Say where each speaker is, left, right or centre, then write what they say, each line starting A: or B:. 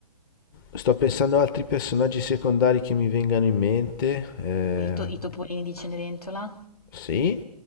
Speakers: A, on the left (about 30°); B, on the left (about 70°).
A: Sto pensando a altri personaggi secondari che mi vengano in mente. eh,
B: Beh, i, to- i topolini di Cenerentola
A: sì,